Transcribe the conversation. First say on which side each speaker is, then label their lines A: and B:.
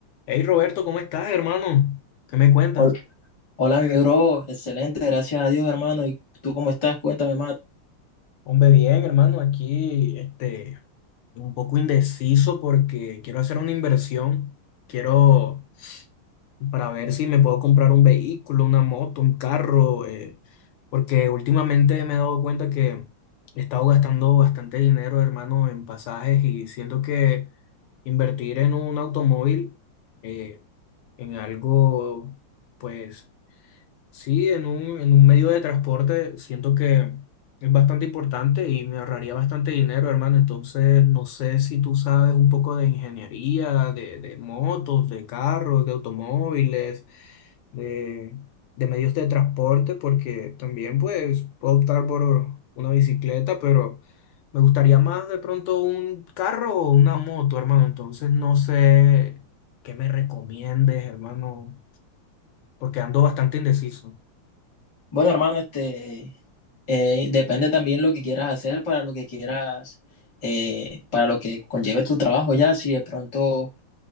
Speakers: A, on the left; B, on the left.
A: Hey Roberto, ¿cómo estás, hermano? ¿Qué me cuentas?
B: Hol- Hola, mi bro, excelente, gracias a Dios, hermano. ¿Y tú cómo estás? Cuéntame más.
A: Hombre, bien, hermano, aquí este, un poco indeciso porque quiero hacer una inversión. Quiero para ver si me puedo comprar un vehículo, una moto, un carro, eh, porque últimamente me he dado cuenta que he estado gastando bastante dinero, hermano, en pasajes y siento que invertir en un automóvil, eh, en algo, pues Sí, en un, en un medio de transporte siento que es bastante importante y me ahorraría bastante dinero, hermano. Entonces, no sé si tú sabes un poco de ingeniería, de, de motos, de carros, de automóviles, de, de medios de transporte, porque también pues puedo optar por una bicicleta, pero me gustaría más de pronto un carro o una moto, hermano. Entonces, no sé qué me recomiendes, hermano, porque ando bastante indeciso.
B: Bueno, hermano, este eh, depende también lo que quieras hacer para lo que quieras, eh, para lo que conlleve tu trabajo ya. Si de pronto,